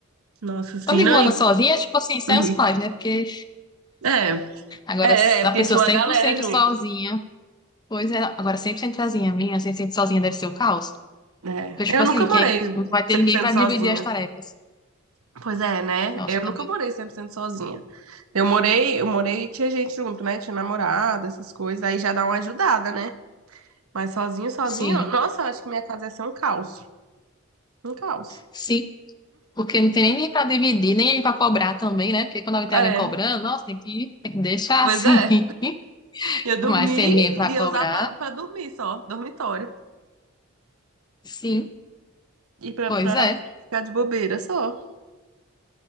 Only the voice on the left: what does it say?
Quando eu
moro
sozinha, tipo assim, sem
os pais, né? Porque.
Agora,
se
a pessoa
cem
por cento
sozinha, pois é, agora 100% sozinha, minha, 100% sozinha deve ser o caos.
Porque, tipo
assim,
quem não vai ter
ninguém
para
dividir as tarefas.
Nossa,
também.
Sim,
sim, porque não tem nem ninguém para dividir, nem ninguém para cobrar também, né? Porque quando alguém tem
alguém cobrando, nossa, tem que, tem que deixar
assim.
<laughs>
Mas sem ninguém para
cobrar,
sim,
pois
é.